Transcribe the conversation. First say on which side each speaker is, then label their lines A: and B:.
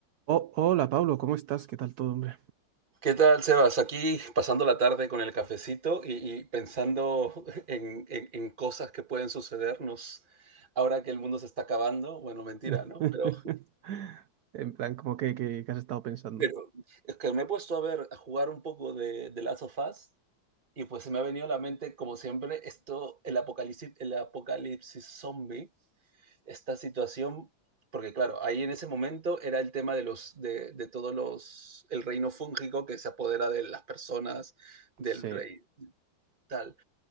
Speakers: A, on the right; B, on the right.
A: Oh, hola Pablo, ¿cómo estás? ¿Qué tal todo, hombre?
B: ¿Qué tal, Sebas? Aquí pasando la tarde con el cafecito y, y pensando en, en, en, cosas que pueden sucedernos ahora que el mundo se está acabando. Bueno, mentira,
A: <laughs>
B: ¿no? Pero,
A: En plan, como que, que, que has estado pensando.
B: pero es que me he puesto a ver, a jugar un poco de, de Last of Us y pues se me ha venido a la mente, como siempre, esto, el apocalipsis, el apocalipsis zombie, esta situación, porque claro, ahí en ese momento era el tema de, los, de, de todos los, el reino fúngico que se apodera de las personas, del
A: Sí.
B: rey tal.